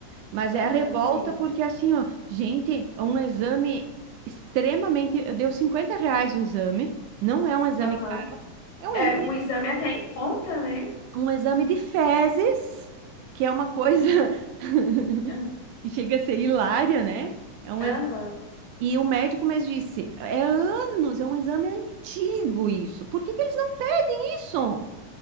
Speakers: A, on the right (about 80°); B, on the left (about 60°).
A: Mas
B: Aham,
A: é a revolta
B: sim.
A: porque assim, ó, gente, é um exame extremamente, deu 50 reais o exame, não é um exame
B: Aham.
A: caro, é um
B: É
A: exame,
B: um exame até em conta, né?
A: um exame de fezes, que é uma coisa
B: Uhum.
A: <laughs>
B: Aham.
A: que chega a ser hilária, né? É um
B: Aham.
A: e o médico me disse, é anos, é um exame antigo isso. Por que que eles não pegam isso?